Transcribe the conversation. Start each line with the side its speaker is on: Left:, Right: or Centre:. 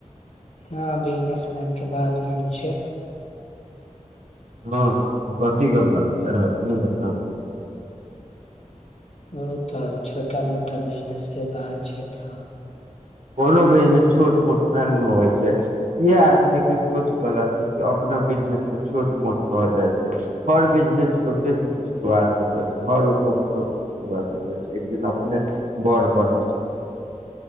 Left: न बिजनेसमेन के बात न <unintelligible> न छै।
Right: हँ तऽ कथीके बात छै आहाँ अपने बताउ।
Left: ओ तऽ छोटा मोटा बिजनेस के बात छै तऽ।
Right: कोनो बिजनेस छोट मोट नहि <unintelligible> होइ छै इहे आदमीके सोच गलत छै कि अपना बिजनेसके छोट मोट कहल जाइ छै हर बिजनेस छोटेसँ नै शुरुआत होै पावै छै हर उद्योग छोट शुरुआत होैय छै एक दिन अपने बर बनै छै।